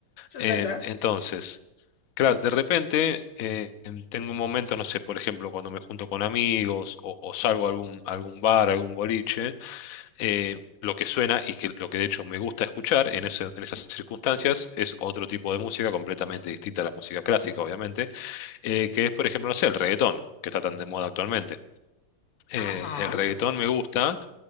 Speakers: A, on the left (about 80°); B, on the left (about 55°).
A: Eso
B: Em,
A: es verdad.
B: entonces, claro, de repente eh, em, tengo momentos, no sé, por ejemplo, cuando me junto con amigos o, o salgo a algún, a algún bar, a algún boliche, eh, lo que suena y que lo que de hecho me gusta escuchar en ese- en esas circunstancias es otro tipo de música completamente distinta a la música clásica, obviamente eh, que es, por ejemplo, no sé, el reggaetón, que está tan de moda actualmente. Eh,
A: Ajá.
B: el reggaetón me gusta,